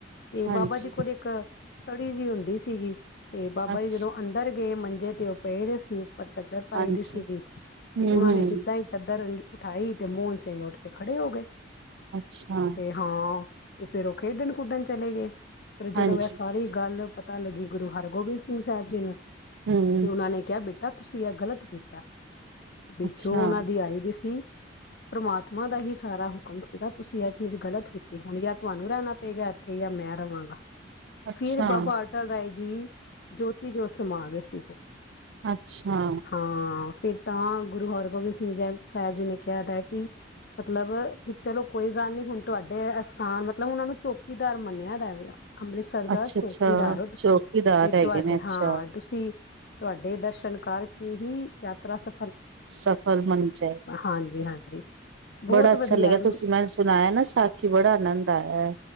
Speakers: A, on the left; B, on the right.
A: ਤੇ
B: ਹਾਂਜੀ
A: ਬਾਬਾ ਜੀ ਕੋ ਦੇਖ ਇੱਕ ਛੜੀ ਜਿਹੀ ਹੁੰਦੀ ਸੀਗੀ। ਤੇ ਬਾਬਾ
B: ਅੱਛ
A: ਜੀ ਜਦੋਂ ਅੰਦਰ ਗਏ ਮੰਜੇ ਤੇ ਉਹ ਪਏ ਗੇ ਸੀ ਉਹ। ਉਪੱਰ ਚਾਦਰ ਪਾਈ
B: ਹਾਂਜੀ
A: ਦੀ ਸੀਗੀ, ਤੇ
B: ਹੂੰ
A: ਉਹਨਾਂ
B: ਹੂੰ
A: ਨੇ ਜਿੱਦਾਂ ਹੀ ਚਾਦਰ ਉਠਾਈ, ਤੇ ਮੋਹਨ ਸਿੰਘ ਉੱਠ ਕੇ ਖੜੇ ਹੋ ਗਏ।
B: ਅੱਛਾ
A: ਤੇ ਹਾਂ ਤੇ ਫੇਰ ਉਹ ਖੇਡਣ-ਖੁਡਣ ਚਲੇ ਗਏ। ਫੇਰ ਜਦੋਂ
B: ਹਾਂਜੀ
A: ਇਹ ਸਾਰੀ ਗੱਲ ਪਤਾ ਲੱਗੀ, ਗੁਰੂ ਹਰਗੋਬਿੰਦ ਸਿੰਘ ਸਾਹਿਬ ਜੀ ਨੂੰ
B: ਹੂੰ
A: ਤੇ ਉਹਨਾਂ ਨੇ ਕਿਹਾ ਬੇ ਤਾਂ ਤੁਸੀਂ ਇਹ ਗ਼ਲਤ ਕੀਤਾ। ਵਿੱਚੋਂ
B: ਅੱਛਾ
A: ਉਹਨਾਂ ਦੀ ਆਈ ਦੀ ਸੀ। ਪਰਮਾਤਮਾ ਦਾ ਹੀ ਸਾਰਾ ਹੁਕਮ ਸੀਗਾ, ਤੁਸੀਂ ਇਹ ਚੀਜ਼ ਗ਼ਲਤ ਕੀਤੀ, ਹੁਣ ਜਾਂ ਤੁਹਾਨੂੰ ਰਹਿਣਾ ਪਏਗਾ ਇੱਥੇ ਜਾਂ ਮੈਂ ਰਵਾਂਗਾ।
B: ਅੱਛਾ
A: ਫਿਰ ਬਾਬਾ ਅਟੱਲ ਰਾਏ ਜੀ ਜੋਤੀ ਜੋਤ ਸਮਾ ਸੀਗੇ।
B: ਅੱਛਾ
A: ਹਾਂ ਫਿਰ ਤਾਂ ਗੁਰੂ ਹਰਗੋਬਿੰਦ ਸਿੰਘ ਜਹਿ ਸਾਹਿਬ ਜੀ ਨੇ ਕਿਹਾ ਤ ਕਿ ਮਤਲਬ ਕਿ ਚਲੋ ਕੋਈ ਗੱਲ ਨੀ ਹੁਣ ਤੁਹਾਡੇ ਅਸਥਾਨ ਮਤਲਬ ਉਹਨਾਂ ਨੂੰ ਚੌਕੀਦਾਰ ਮੰਨਿਆ ਜਾਵੇਗਾ ਅੰਮ੍ਰਿਤਸਰ ਦਾ
B: ਅੱਛਾ
A: ਚੌਂਕੀਦਾਰ
B: ਅੱਛਾ
A: ਹੋ ਤੁਸੀਂ
B: ਚੌਕੀਦਾਰ
A: ਵੀ
B: ਹੈਗੇ
A: ਤੁਹਾਡੇ
B: ਨੇ ਅੱਛਾ
A: ਹਾਂ ਤੁਸੀਂ ਤੁਹਾਡੇ ਦਰਸ਼ਨ ਕਰ ਕੇ ਹੀ ਯਾਤਰਾ ਸ
B: ਸਫਲ ਮੰਚ ਹੈ
A: ਹਾਂਜੀ ਹਾਂਜੀ ਬਹੁਤ
B: ਬੜਾ ਅੱਛਾ
A: ਵਧੀਆ
B: ਲੱਗਿਆ ਤੁਸੀਂ ਮੈਨੂੰ ਸੁਣਾਇਆ ਨਾ ਸਾਖੀ ਬੜਾ ਆਨੰਦ ਆਇਆ ਹੈ